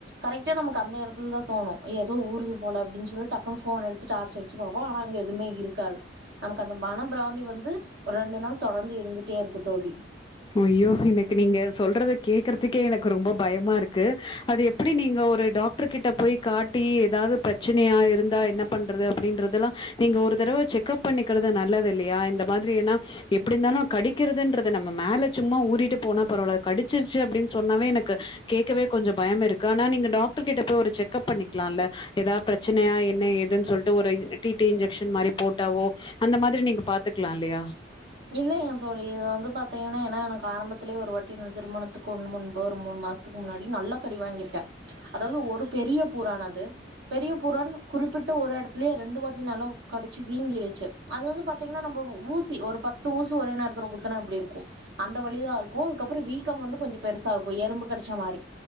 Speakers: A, on the right (about 65°); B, on the left (about 25°).
A: கரெக்டா நமக்கு அந்த எடத் துல தா தோணு ஏதோ ஊறுது போல அப்டின் சொல்லி டக்குன்னு ஃபோன் எடுத்து டார்ச் அடிச்சு பாப்போ ஆனா அங்க எதுமே இருக்காது நமக்கு அந்த மன பிராந்தி வந்து ஒரு ரெண்டு நாள் தொடர்ந்து இருந்துட்டே இருக்கு தோழி
B: ய்யோ எனக்கு நீங்க சொல்றத கேக்குறதுக்கே எனக்கு ரொம்ப பயமா இருக்கு அது எப்டி நீங்க ஒரு டாக்டர் கிட்ட போய் காட்டி எதாவது பிரச்சனையா இருந்தா என்ன பண்றது அப்டின்றதெல்லா நீங்க ஒரு தடவ செக்கப் பண்ணிக்கறது நல்லதில்லயா இந்த மாரி ஏனா எப்டி இருந்தாலு கடிக்கிறதுன்ற து நம்ம மேல சும்மா ஊறிட்டு போனா பரவால்ல கடிச்சிருச்சு அப்படின் சொன்னாவே எனக்கு கேக்கவே கொஞ்ச பயம் இருக்கு ஆனா நீங்க டாக்டர் கிட்ட போய் ஒரு செக்கப் பண்ணிக்கலால்ல எதா பிரச்சனையா என்ன ஏதுன் சொல்லிட்டு ஒரு டி டி இன்ஜெக்ஷன் மாரி போட்டாவோ அந்த மாதிரி நீங்க பாத்துக்கலா இல்லயா
A: இல்லைங்க தோழி இது வந்து பாத்தீங்கன்னா ஏனா எனக்கு ஆரம்பத்துலே ஒரு வாட்டி நா திருமணத்துக்கு <unintelligible> முன்பு ஒரு மூணு மாசத் துக்கு முன்னாடி நல்லா கடி வாங்கிருக்கே அதாவது ஒரு பெரிய பூரான் அது பெரிய பூரான் குறிப்பிட்ட ஒரு எடத் துலே ரெண்டு வாட்டி நல்லா கடிச்சி வீங்கிருச்சு அது வந்து பாத்தீங்கனா நம்ம ஊ சி ஒரு பத் து ஊசி ஒரே நேரத்துல குத்துனா எப்டி இருக்கு அந்த வலி தா இருக்கு அதுக்கப்பறோ வீக் க்கம் வந்து கொஞ்சோ பெருசா இருக்கு எறும்பு கடிச்ச மாரி